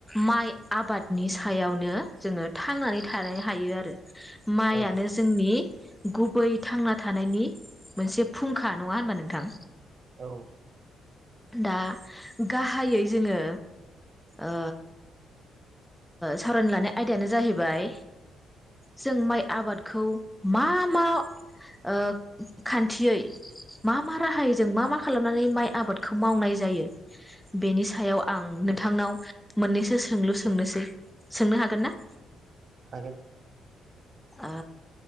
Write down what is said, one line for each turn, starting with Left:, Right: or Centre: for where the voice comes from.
Centre: माइ आबादनि सायावनो जोङो थांनानै थानो हायो आरो माइआनो
Right: औ
Centre: जोंनि गुबै थांना थानायनि मोनसे फुंखा नङा होनबा नोंथां।
Right: औ।
Centre: दा गाहायै जोङो ओ सावरायनो लानाय आयदायानो जाहैबाय जों माइ आबादखौ मा मा ओ खान्थियै मा मा राहायै जों मा मा खालामनानै माइ आबादखौ मावनाय जायो? बेनि सायाव आं नोंथांनाव मोननैसो सोंलु सोंनोसै सोंनो हागोन ना?
Right: हागोन।
Centre: आ